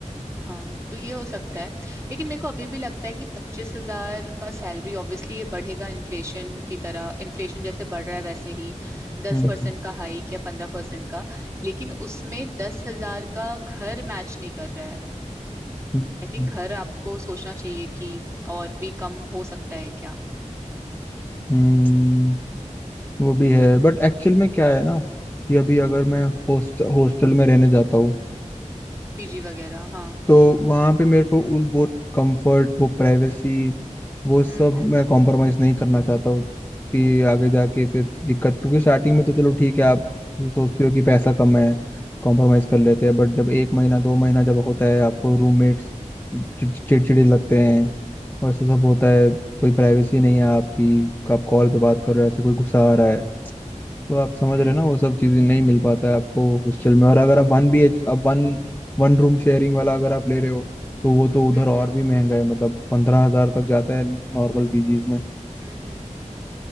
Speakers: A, on the right; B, on the left.
A: हाँ तो ये हो सकता है लेकिन मेरे को अभी भी लगता है कि पच्चीस हजार का सैलरी ऑब्वियसली ये बढ़ेगा इन्फ्लेशन की तरह इन्फ्लेशन जैसे बढ़ रहा है वैसे ही दस
B: हम्म
A: परसेंट का हाइक या पंद्रह परसेंट का लेकिन उसमें दस हजार का घर मैच नहीं कर रहा है
B: हम्म,
A: आई थिंक
B: हम्म,
A: घर आपको सोचना चाहिए कि और भी कम हो सकता है क्या
B: हम्म वो भी है बट एक्चुअल में क्या है ना कि अभी अगर मैं
A: हम्म हम्म
B: होस्ट हॉस्टल में रहने जाता हूँ
A: पीजी वगैरह हाँ
B: तो वहां पे मेरे को उस वो कंफर्ट वो प्राइवेसी वो सब
A: हम्म हम्म
B: मैं कॉम्प्रोमाइज नहीं करना चाहता हूँ कि आगे जाके फिर दिक्कत क्योंकि स्टार्टिंग में तो चलो ठीक है आप सोचते हो कि पैसा कम है कॉम्प्रोमाइज कर लेते हैं बट जब एक महीना दो महीना जब होता है आपको रूममेट्स चिड़चिड़े लगते हैं और ऐसा सब होता है कोई प्राइवेसी नहीं है आपकी आप कॉल पे बात कर रहे हो ऐसे कोई गुस्सा आ रहा है तो आप समझ
A: हम्म
B: रहे हो ना
A: हम्म
B: वो सब चीजें नहीं मिल पाता है आपको हॉस्टल में और अगर आप वन बी एच आप वन वन रूम शेयरिंग वाला अगर आप ले रहे हो तो वो तो उधर
A: हम्म
B: और भी महंगा है मतलब पंद्रह हजार तक जाता है नॉर्मल पीजीज में
A: हम्म हम्म